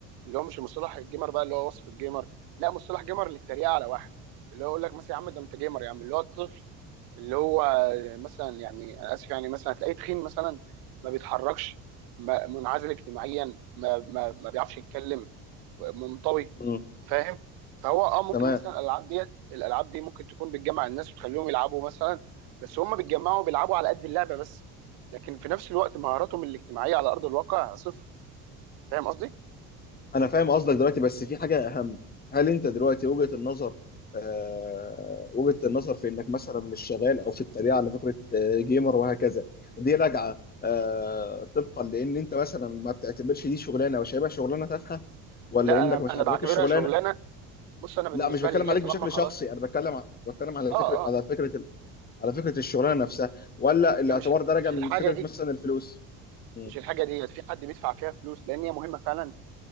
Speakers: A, on the right (about 60°); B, on the left (about 20°).
A: اللي هو مش مصطلح الجيمر بقى اللي هو وصف الجيمر لا مصطلح جيمر للتريقه على واحد اللي هو يقول لك مثلا يا عم ده انت جيمر يا عم اللي هو الطفل اللي هو مثلا يعني انا اسف يعني مثلا هتلاقيه تخين مثلا ما بيتحركش ما منعزل اجتماعيا ما ما, ما بيعرفش يتكلم منطوي
B: مم.
A: فاهم فهو اه ممكن
B: تمام
A: مثلا الالعاب ديت الالعاب دي ممكن تكون بتجمع الناس وتخليهم يلعبوا مثلا بس هم بيتجمعوا بيلعبوا على قد اللعبه بس لكن في نفس الوقت مهاراتهم الاجتماعيه على ارض الواقع صفر فاهم قصدي؟
B: انا فاهم قصدك دلوقتي بس في حاجه اهم هل انت دلوقتي وجهه النظر آه وجهه النظر في انك مثلا مش شغال او في التريقه على فكره آه، جيمر وهكذا دي راجعه آه طبقا لان انت مثلا ما بتعتبرش دي شغلانه او شايفها شغلانه تافهه ولا
A: لا
B: انك
A: انا
B: مش
A: انا
B: عاجباك
A: بعتبرها
B: الشغلانه
A: شغلانه بص انا بالنسبه
B: لا مش بتكلم
A: لي هي
B: عليك
A: طالما
B: بشكل
A: خلاص
B: شخصي انا بتكلم ع- بتكلم على
A: اه
B: فكره على
A: اه
B: فكره على فكره الشغلانه نفسها ولا
A: هي
B: الاعتبار
A: مش
B: ده
A: مش
B: راجع من
A: الحاجه
B: فكره
A: دي
B: مثلا الفلوس مم.
A: مش الحاجه ديت في حد بيدفع فيها فلوس لان هي مهمه فعلا